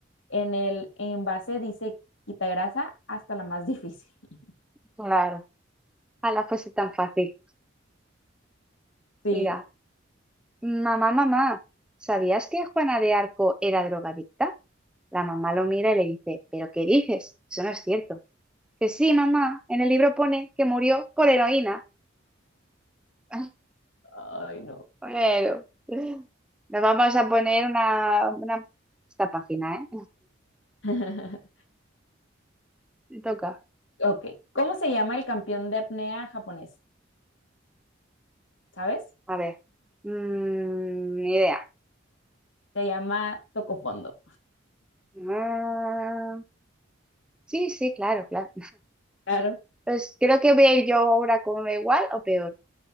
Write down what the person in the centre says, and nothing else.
Claro, a la fuese tan fácil.
Mira, mamá, mamá, ¿sabías que Juana de Arco era drogadicta? La mamá lo mira y le dice, ¿pero qué dices? Eso no es cierto. Que sí, mamá, en el libro pone que murió por heroína. <laughs>
Bueno, nos vamos a poner una, una- esta página, ¿eh?
Te toca.
A ver. Mm, ni idea.
Mm, sí, sí, claro, claro.
Pues creo que voy a ir yo ahora como igual o peor.